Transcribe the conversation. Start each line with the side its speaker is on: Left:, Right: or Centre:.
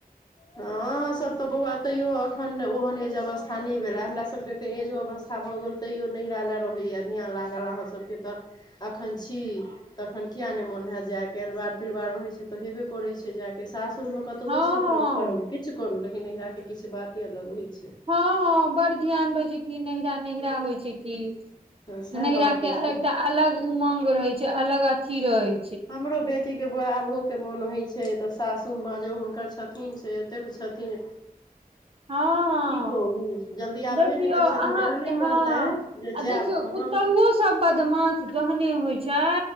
Left: हँ सब तऽ बौआ तैयो अखन ओहन एज अवस्था नहि भेलै हमरा सबके त एजो अवस्था भऽ गेल तैयो नहिरा ला रहैया धियान लाँगल आहा सबके तऽ एखन छी तखन किया नहि मोन होयत जाय के अलवार पिलवार रहै छै तऽ हेबे करै छै जाय के सासुर में कतबो
Right: हँ
Left: सुख
Right: हँ
Left: करू किछ करु लेकिन नहिरा के किछ बाते अलग होइ छै
Right: हँ हँ बड़ ध्यान रहै छै कि नहिरा नहिरा होइ छै कि
Left: हँ सएह
Right: नहिरा
Left: बात होइ
Right: के
Left: छै
Right: एकटा अलग उमंग रहे छै अलग अथी रहे
Left: हमरो बेटी के बौआ आबहो के मोन होइ छै छै तऽ सासू माँ जो हुनकर छथिन से एतेक छथिन
Right: हं हं हां
Left: की कहू जल्दी आबहे
Right: देखियौ
Left: नहि दै छथिन
Right: अहाँ
Left: जहने
Right: हँ
Left: कहतै जे
Right: आ देखियौ
Left: जायब हम
Right: पुतहुओ सब बदमाश जहने होइ छै